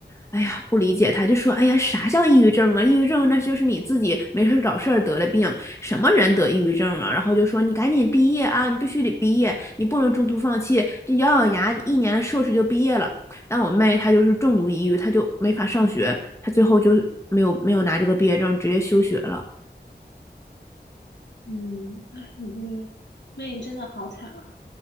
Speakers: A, on the left (about 15°); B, on the left (about 70°).
A: 哎呀，不理解他，就说哎呀，啥叫抑郁症啊？抑郁症那就是你自己没事儿找事儿得了病，什么人得抑郁症啊？然后就说你赶紧毕业啊，你必须得毕业，你不能中途放弃，这咬咬牙一年的硕士就毕业了。但我妹她就是重度抑郁，她就没法上学，她最后就没有没有拿这个毕业证，直接休学了。
B: 嗯，唉你你妹真的好惨啊。